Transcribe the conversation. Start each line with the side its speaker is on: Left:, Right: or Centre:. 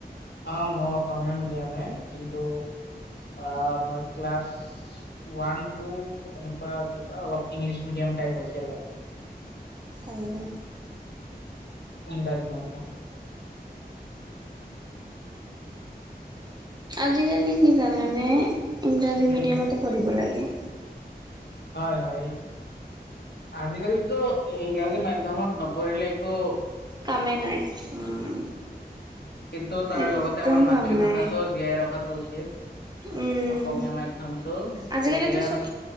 Left: অঁ ম অসমীয়া মেডিয়ামে কিন্তু আঁ ক্লাছ ওৱান টু এনেকুৱা কিতাও ইংলিছ মিডিয়াম টাইপ হৈছে বাৰু।
Right: উম।
Left: ইংৰাজী মাধ্যম।
Right: আজিকালি কি জানানে ইংৰাজী
Left: উম।
Right: মিডিয়ামতে পঢ়িব লাগে।
Left: হয় হয়। আজিকালিতো ইংৰাজী মাধ্যমত নপঢ়িলে একো
Right: কামেই নাই উম।
Left: কিন্তু তাৰ
Right: একদম
Left: লগতে আমাৰ মাতৃভাষাটো
Right: কাম নাই
Left: জীয়াই ৰখাটো উচিত। অসম
Right: উম
Left: অসমীয়া মাধ্যমটো
Right: আজিকালিতো
Left: যদি আৰু।
Right: চব